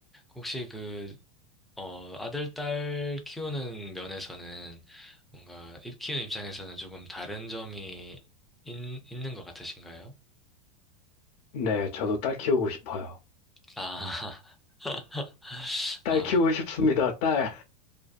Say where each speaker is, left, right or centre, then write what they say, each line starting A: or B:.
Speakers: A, in the centre; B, on the left.
A: 혹시 그, 어, 아들, 딸 키우는 면에서는 뭔가 입 키우는 입장에서는 조금 다른 점이 있, 있는 것 같으신가요?
B: 네, 저도 딸 키우고 싶어요.
A: 아, <laughs>
B: 딸
A: 아,
B: 키우고 싶습니다, 딸.